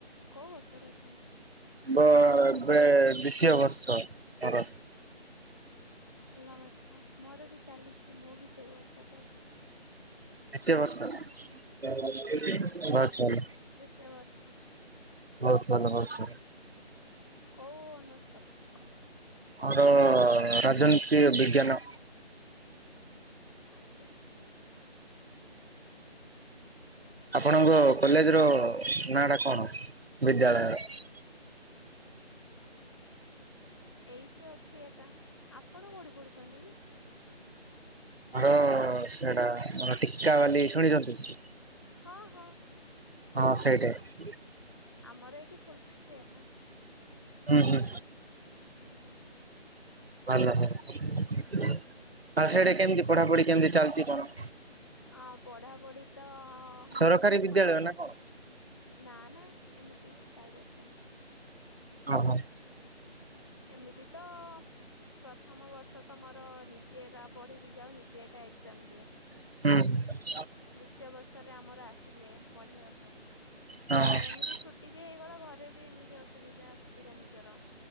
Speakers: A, on the left; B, on the right.
A: କୋଉ ବର୍ଷରେ ଅଛନ୍ତି?
B: ବ ଏବେ ଦ୍ଵିତୀୟ ବର୍ଷ ପର।
A: ଭଲ କଥା ମୋର ବି ଚାଲିଛି ମୁଁ ବି ସେଇ ବର୍ଷରେ ଅଛି।
B: ଏତେ ବର୍ଷ ହୋଉ ତାହାଲେ।
A: ସେ ବର୍ଷ
B: ହୋଉ ସଲ ହୋଉ ସ
A: କୋଉ ଅନର୍ସ ରଖିଛନ୍ତି?
B: ଅର ରାଜନୀତି ବିଜ୍ଞାନ।
A: ଆଜ୍ଞା।
B: ଆପଣଙ୍କ କଲେଜ ର ନାଁ ଟା କଣ ବିଦ୍ୟାଳୟ
A: ଏଇଠି ଅଛି ଏକା ଆପଣ କୋଠି ପଢୁସନ୍ତି କି?
B: ହଁ ସେଟା ମର ଟିକା ବାଲି ଶୁଣିଛନ୍ତି?
A: ହଁ ହଁ।
B: ହଁ ସେଇଟାଏ।
A: ଆମର ଏଇଠି ଫୁଲ୍କାଏ ଏକା
B: ହୁଁ ହୁଁ।
A: ହଁ।
B: ଭଲ ଭଲ ଆଉ ସେଇଟା କେମିତି ପଢାପଢି କେମିତି ଚାଲିଛି କଣ?
A: ଆ ପଢାପଢି ତ
B: ସରକାରୀ
A: ମୋର ପ୍ରଥମ
B: ବିଦ୍ୟାଳୟ ନା କଣ?
A: ନା ନା ଏମିତି ପ୍ରାଇଭେଟ ଟା।
B: ଅହୋ।
A: ଏମିତି ତ ପ୍ରଥମ ବର୍ଷ ତମର ନିଜେ ଏକା ପଢିକି ଯାଉ ନିଜେ ଏକା ଏକ୍ଜାମ ଦିଅ।
B: ହୁଁ ହୁଁ।
A: ଦ୍ଵିତୀୟ ବର୍ଷରେ ଆମର ଆସିଲେ ବଢେଇବା ପାଇଁ
B: ହଁ
A: ତାପରେ ଏମିତି ଛୁଟି ବି ହେଇଗଲା ଘରେ ବି ଏମିତି ଅସୁବିଧା ସୁବିଧା ନିଜର